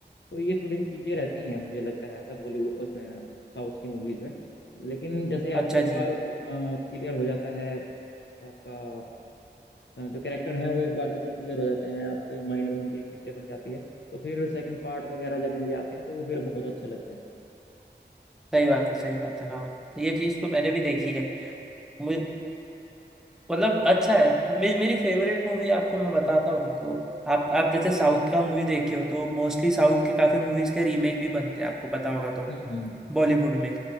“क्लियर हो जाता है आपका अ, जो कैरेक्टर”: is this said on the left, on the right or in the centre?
Left